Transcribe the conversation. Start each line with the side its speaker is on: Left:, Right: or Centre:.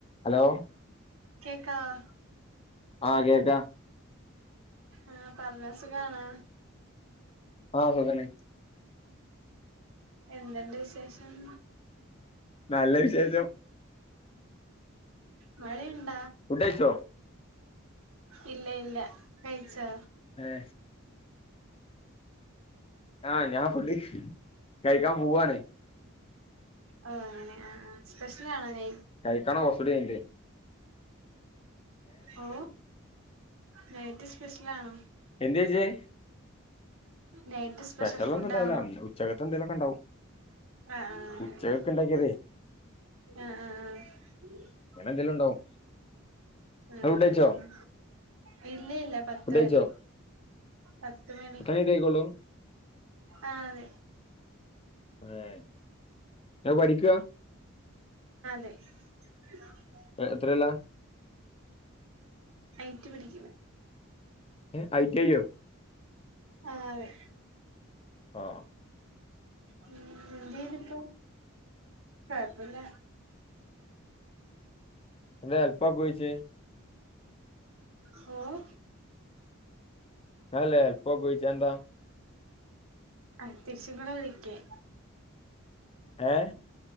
Left: hello
Right: കേകാവോ
Left: ആഹ് കേക്കാം
Right: ആഹ പറഞ്ഞോ സുഖയാണോ
Left: ആഹ് അങ്ങനെ
Right: എന്തണ്ട് വിശേഷം
Left: നല്ല വിശേഷം
Right: മഴയുണ്ടോ -
Left: ഫുഡ്‌ കഴിച്ചോ
Right: ഇല്ല ഇല്ല കഴിച്ചോ
Left: ആഹ ആഹ് ഞാൻ വെളി കഴിക്കാൻ പോവാണ്
Right: ഓ അങ്ങനെ ആ ആ സ്പെഷ്യൽ ആണോ -
Left: കഴിക്കണോ ഓസഡയിന്റെ <unintelligible>
Right: ഓ നൈറ്റ് സ്പെഷ്യൽ ആണോ
Left: എേജെ <unintelligible>
Right: നൈറ്റ്
Left: സ്പെഷ്യൽ
Right: ഫുഡാണോ
Left: ഒന്നും ഉണ്ടാവില്ല ഉച്ചകത്തെ എന്തേലുമൊക്കെ ഉണ്ടാവും
Right: ആഹ ആഹ
Left: ഉച്ചക്കക്ക് ഇണ്ടാക്കിയതേ
Right: ആഹ ആഹ ആഹ
Left: ഇങ്ങനെ എന്തെലും ഉണ്ടാവും
Right: ആ
Left: ഇങ്ങള്
Right: അങ്ങനെ
Left: ഫുഡ് കഴിച്ചോ
Right: ആ ഇല്ല ഇല്ല പത്ത
Left: ഫുഡ് കഴിച്ചോ
Right: മണി പത്ത് മണി
Left: എത്ര കഴിഞ്ഞിട്ടേ കഴിക്കൊള്ളൂ
Right: ആ അതെ
Left: അതെ ഞാൻ പഠിക്ക
Right: <unintelligible>
Left: എത്രല്ല
Right: ഐട്ടി പഠിക്കുന്ന്
Left: ഏ ഐടിഐ യ്യോ
Right: ആഹ് അതെ
Left: ആ
Right: ഉ എന്തെയുന്നു ഇപ്പോ കൊഴപ്പല്ല
Left: എന്ത ഹെൽപാക്കോയ് ചൊയ്ച്ചെ
Right: ഉം
Left: ഇങ്ങളല്ലേ എൽപാകോ ചോയിച്ച അതെന്താ
Right: ആ തിരിച്ചും കൂടെ വിളിക്കേ
Left: ഏ